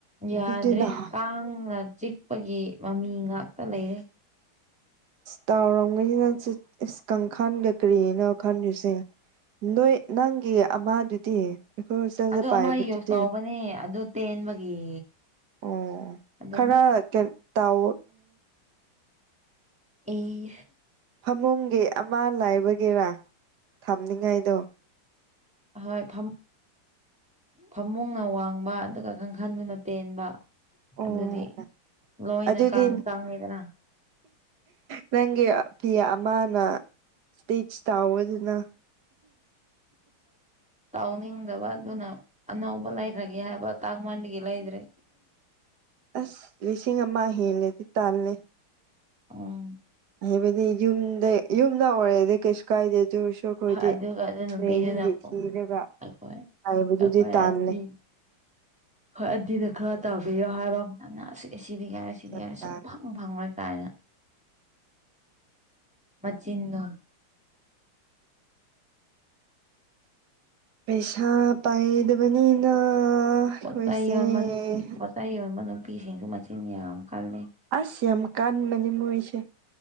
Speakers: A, in the centre; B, on the right.
A: ꯌꯥꯗ꯭ꯔꯦ
B: ꯑꯗꯨꯗꯤ ꯅꯍꯥꯟ
A: ꯀꯥꯡꯅ ꯆꯤꯛꯄꯒꯤ ꯃꯃꯤ ꯉꯥꯛꯇ ꯂꯩꯔꯦ
B: ꯇꯥꯎꯔꯝꯒꯅꯤꯅ ꯀꯥꯡꯈꯥꯟꯒ ꯀꯔꯤꯅ ꯈꯟꯁꯦ ꯅꯣꯏ ꯅꯪꯒꯤ ꯑꯃꯗꯨꯗꯤ ꯑꯩꯈꯣꯏ ꯍꯣꯁꯇꯦꯜꯗ
A: ꯑꯗꯨ
B: ꯄꯥꯏꯕꯗꯨꯗꯤ
A: ꯑꯃ ꯌꯨꯁ ꯇꯧꯕꯅꯦ ꯑꯗꯨ ꯇꯦꯟꯕꯒꯤ
B: ꯑꯣ
A: ꯑꯗꯨꯝ
B: ꯈꯔ ꯇꯥꯎ
A: ꯑꯩ
B: ꯐꯃꯨꯡꯒꯤ ꯑꯃ ꯂꯥꯏꯕꯒꯤꯦꯔꯥ ꯊꯝꯅꯤꯡꯉꯥꯏꯗꯣ
A: ꯑꯍꯣꯏ ꯐ ꯐꯃꯨꯡꯅ ꯋꯥꯡꯕ ꯑꯗꯨꯒ ꯀꯥꯡꯈꯟꯗꯨꯅ ꯇꯦꯟꯕ
B: ꯑꯣ
A: ꯑꯗꯨꯗꯤ ꯂꯣꯏꯅ
B: ꯑꯗꯨꯗꯤ
A: ꯀꯥꯡ ꯆꯪꯉꯤꯗꯅ
B: ꯅꯪꯒꯤ ꯐꯤ ꯑꯃꯅ ꯏꯖ ꯇꯕ ꯑꯗꯨꯅ
A: ꯇꯥꯎꯅꯤꯡꯕ ꯑꯗꯨꯅ ꯑꯅꯕ ꯂꯥꯏꯈ꯭ꯔꯒꯦ ꯍꯥꯏꯕ ꯇꯥꯒꯃꯟꯒꯂ ꯏꯗ꯭ꯔꯦ
B: ꯑꯁ ꯂꯤꯁꯤꯡ ꯑꯃ ꯍꯦꯜꯂꯦꯗꯤ ꯇꯥꯜꯂꯦ
A: ꯑꯣ <unintelligible>
B: ꯍꯥꯏꯕꯗꯤ ꯌꯨꯝꯗ ꯌꯨꯝꯗ ꯑꯣꯏꯔꯦꯗꯤ ꯀꯩꯁꯨ ꯀꯥꯏꯗꯦ ꯆꯨꯔ ꯑꯩꯈꯣꯏꯗꯤ
A: ꯑꯗꯨꯒ ꯑꯗꯨ ꯅꯨꯄꯤꯗꯨꯅꯀꯣ
B: ꯇ꯭ꯔꯦꯟꯒꯤ ꯊꯤꯔꯒ
A: ꯑꯩꯈꯣꯏ
B: ꯇꯕꯗꯨꯗꯤ
A: ꯑꯩꯈꯣꯏ
B: ꯇꯥꯟꯂꯦ
A: ꯑꯟꯇꯤ ꯍꯣꯏ ꯑꯟꯇꯤꯗ ꯈꯔ ꯇꯥꯕꯤꯌꯣ ꯍꯥꯏꯕ ꯑꯃꯅꯅ ꯑꯁ ꯁꯤꯗꯤ ꯌꯥꯔꯦ ꯁꯤꯗꯤ
B: ꯌꯥꯝ
A: ꯌꯥꯔꯦ
B: ꯇꯥꯜꯂꯦ
A: ꯁꯨꯝ ꯄꯨꯡ ꯐꯪꯂꯔꯣꯏ ꯀꯥꯏꯅ ꯃꯆꯤꯟꯗꯣ
B: ꯄꯩꯁꯥ ꯄꯥꯏꯗꯕꯅꯤꯅ ꯑꯩꯈꯣꯏꯁꯦ
A: ꯄꯣꯇ ꯌꯣꯟꯕ ꯄꯣꯇ ꯌꯣꯟꯕ ꯅꯨꯄꯤꯁꯤꯡꯁꯨ ꯃꯆꯤꯟ ꯌꯥꯝ ꯀꯜꯂꯤ
B: ꯑꯁ ꯌꯥꯝ ꯀꯥꯥꯟꯕꯅꯦ ꯃꯣꯏꯁꯦ